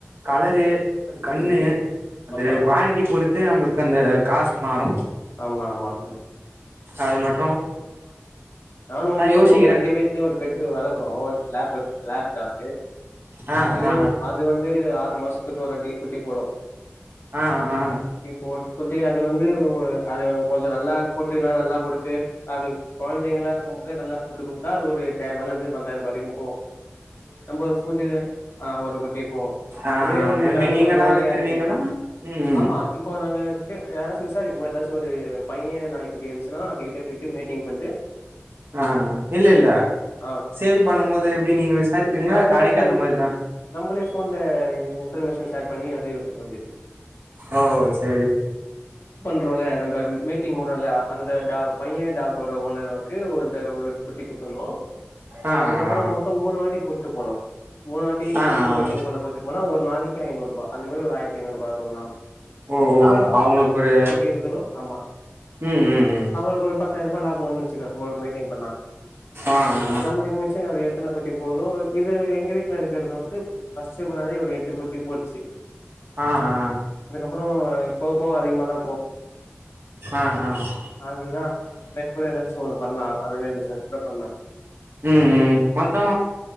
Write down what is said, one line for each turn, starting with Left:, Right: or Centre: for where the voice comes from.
Right: கலரு அது கண்ணு,
Left: ம்
Right: அது
Left: ஆமா
Right: க்வாலிட்டி பொறுத் இதே நம்மளுக்கு அந்த காசு மாறும்
Left: ஆமா ஆமா அதுல
Right: அது மட்
Left: நானும் <unintelligible>
Right: யோசிக்கிறேன்
Left: எங்க வீட்லயும் ஒரு பெட்டு வளக்குறோம் வ லாபர் லாப்டாகு
Right: ஆ
Left: அதயும்
Right: ஆ
Left: அது வந்து ஆறு மாசத் த்துக்கு ஒரு வாட்டி குட்டி போடும்
Right: ஆ ஆ
Left: குட்டி போட் குட்டி அது வந்து ஒ அது கொஞ்சோ நல்லா ஃபுட்டு எல்லாம் நல்லா குடுத்து கொழந்தைங்களா இருக்கும் போதே நல்லா ஃபுட்டு குடுத்தா அது ஒரு எட்டாய்ர ரூபாய்லருந்து பத்தாயிரம் ரூபாய் வரைக்கும் போவு, நம்ம ஒரு ஃபுட்டு ஆஹ் ஒரு குட்டி போவு,
Right: ஆ
Left: இதுவே நம்மளுக்கு
Right: எப்டி
Left: அது
Right: நீங்களா
Left: கொஞ்சம் ஒல்லியா
Right: வித்துருவீங்களா
Left: இருக்கு,
Right: ம்
Left: ஆமா இப்போ நாங்க தே யாராச்சும் விசாரிப்போம் ஏதாச்சும் ஒரு பையன் நாய்க் குட்டி இருந்துச்சன்னா அதுக்கிட்ட பெட்டு மேட்டிங் பண்ட்டு
Right: ஆஹ் ஆஹ் ஆஹ் இல்ல இல்ல
Left: ஆ
Right: சேல் பண்ணும் போது எப்டி நீங்க விசாரிப்பீங்களா
Left: நாங்களே
Right: கடைக்கு அந்த மாரிதான்,
Left: நம்மளே ஃபோன்ல இன்ஃபர்மேஷன் ஷேர் பண்ணி அதே வித்துற வேண்டியது
Right: ஓ சேரி சேரி
Left: போலே நம்ப மீட்டிங் மூட்றோல அந்த டா பையன் டாக்கோட ஓனரவக்கு ஒரு ட ஒரு குட்டி குத்துணும்,
Right: ஆ ஆ
Left: அதுக்கப்புறம் மொத்தம் மூணு வாட்டி கூட்டு போணும் மூணு வாட்டிக்கு
Right: ஆ ஆ
Left: மேட்டிங் பண்ண கூட்டு போனா ஒரு நாளைக்கு ஐநூறு பா அந்த மாரி ஒரு ஆயிரத்தைந்நூறு அது ஒண்ணாவ்
Right: ஓ அவங்களுக் ஒரு
Left: இருக்குதோ ஆமா
Right: உம் உம் உம்
Left: அவங்களுக்கு ஒரு பத்தாயர் ரூபா லாப் ஒன்னு வச்சுக்க ஒரு மேட்டிங் பண்ணா,
Right: ஆ ஆ
Left: நம்ம இதுக்கு மிச்சம் அது எத்தன குட்டி போதூ இது எங்க வீட்டுல இருக்குறது வந் வந்து ஃபஸ்ட் முன்னாடி ஒரு எட்டு குட்டி போட்டுச்சு
Right: ஆஹ் ஆஹ்
Left: அப்புறோ இப் போகப்போக அதிகமா தா
Right: ஆஹ் ஆஹ்
Left: அதுதான் அந்த மெட் கூட ஏதாச்சும் ஒண்ணு பண்லாம் அ அதலே இல்ல சார் தோ பண்லாம்
Right: உம் உம் மொத்தோ